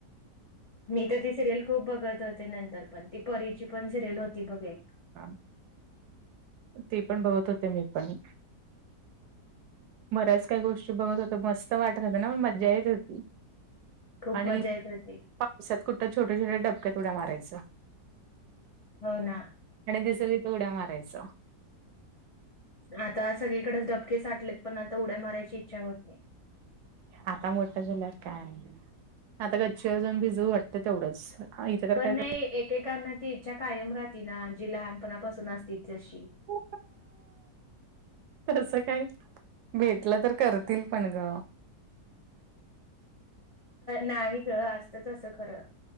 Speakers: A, on the left; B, on the right.
A: मी तर ती सिरियल खूप बघत होते नंतर पण, ती परीची पण सिरियल होती बघे एक
B: हा.. ते पण बघत होते मी पण बरा्याच काही गोष्टी बघत होत मस्त वाटत होत ना मज्जा येत होती
A: खूप
B: आणि
A: मजा येत होती.
B: पावसात कुठं छोट्या- छोट्या डपक्यात उड्या मारायं.
A: हो.. ना
B: आणि दिसली त उड्या मारायच
A: आता सगळीकडेच डबके साठलेत पण आता उड्या मारायची इच्छा होत नाही.
B: आता मोठं झाल्यार काय.. आता गच्छिवर जाऊन भिजू वाटत तेवढंच. इथं तर
A: पण
B: काय
A: नाही एकेकांना ती इच्छा कायम राहती ना जी लहानपणापासून असतीशी
B: उ.. तस काय.. भेटलं तर करतील पण ग
A: नाही ग.. असत तसं खरं